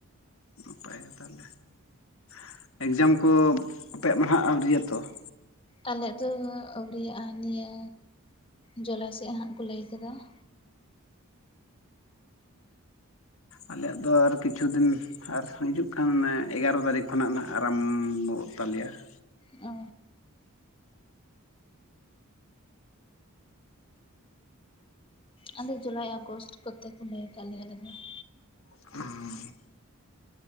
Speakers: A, on the left (about 65°); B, on the left (about 25°).
A: ᱱᱟᱯᱟᱭ ᱜᱮᱛᱚ ᱾ <inaudible> ᱮᱠᱡᱟᱢ ᱠᱚ ᱟᱯᱮᱭᱟᱜ ᱢᱟᱦᱟᱜ ᱟᱹᱣᱨᱤᱭᱟ ᱛᱚ ᱾
B: ᱟᱞᱮᱭᱟᱜ ᱫᱚ ᱱᱚᱣᱟ ᱟᱹᱣᱨᱤᱭᱟᱜ-ᱟ, ᱱᱤᱭᱟᱹ ᱡᱚᱞᱟᱭ ᱥᱮᱫ ᱦᱟᱸᱜ ᱠᱚ ᱞᱟᱹᱭ ᱟᱠᱟᱫᱟ ᱾
A: ᱟᱞᱮᱭᱟᱜ ᱫᱚ ᱟᱨ ᱠᱤᱪᱷᱩ ᱫᱤᱱ ᱟᱨ ᱦᱤᱡᱩᱜ ᱠᱟᱱ ᱚᱱᱮ ᱮᱜᱟᱨᱚ ᱛᱟᱹᱨᱤᱠᱷ ᱠᱷᱚᱱᱟᱜ ᱱᱟᱜ ᱟᱨᱟᱢᱵᱚᱜ ᱛᱟᱞᱮᱭᱟ ᱾
B: ᱚ ᱾ ᱟᱞᱮ ᱡᱩᱞᱟᱭ ᱟᱜᱚᱥᱴ ᱠᱚᱛᱮ ᱠᱚ ᱞᱟᱹᱭ ᱟᱠᱟᱫ ᱞᱮᱭᱟ ᱟᱞᱮ ᱫᱚ ᱾
A: ᱦᱩᱸ ᱾